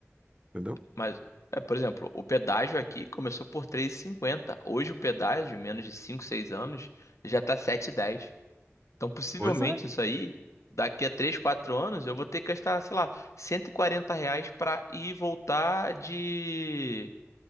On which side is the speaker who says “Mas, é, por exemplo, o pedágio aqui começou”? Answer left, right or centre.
Left